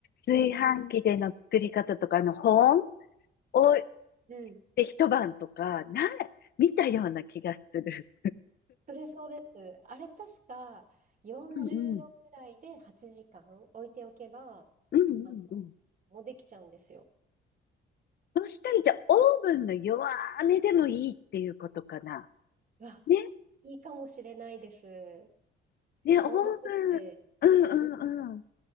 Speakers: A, on the left; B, on the right.
A: 炊飯器での作り方とか、
B: うんうん。
A: あの、保温を
B: うん
A: で一晩とか、な、見たような気がする。
B: それそうです。あれ確か40度くらいで8時間置いておけば、
A: うんうん。うんうんうん。
B: あの、もうできちゃうんですよ。
A: そしたら、じゃあ、オーブンの弱めでもいいっていうことかな。
B: うわ、
A: ね、
B: いいかもしれないです。
A: ね、オーブ
B: 温度設定、
A: ン、うんうんうん。
B: うん、